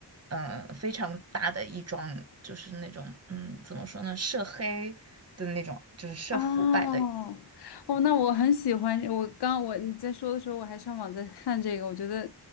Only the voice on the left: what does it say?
哦，哦，那我很喜欢，我刚我你在说的时候，我还上网在看这个，我觉得